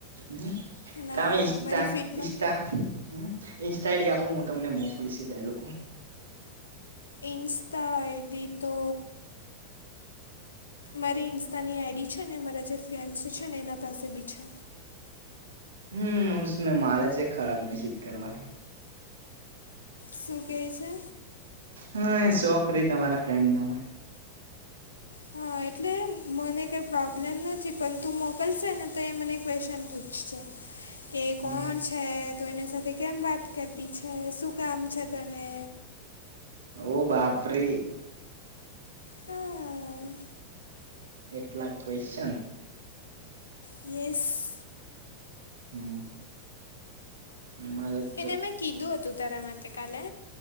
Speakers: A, on the right; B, on the left.
A: હમ
B: ના
A: તમેમે ષ્ટ
B: મારી ફીડમાં
A: ષ્ટ હમ. ઇન્સ્ટા આઈડી આપો હું તમને મોકલીશ ડાયલો.
B: ઇન્સ્ટા ઈડી તો. મારી ઇન્સ્ટતાની આઈડી છે ને મારા જે ફેન્સ છે ને એના પાસે બી છે.
A: હમમે માારજ એક ખરાબ મેસીત કરવાવા.
B: શું કેય છે?
A: હહ શોખરી તમારા ફ્રેન્ડના માં
B: હહ એટલે મને કંઈ પ્રોબ્લેમ નથી પન તું મોકલશે ને તો એ મને ક્વેશ્ચન પૂછશે. કે કોન
A: હમ
B: છ છે તું એની સાથે કેમ વાત કરતી છે, શું કામ છે તને?
A: ઓહ બાપરે!
B: હા
A: એટલા ક્વેશચન?
B: યેસ
A: હમ માર ત
B: એને મેં કીધું હતું તારા માટે કાલે.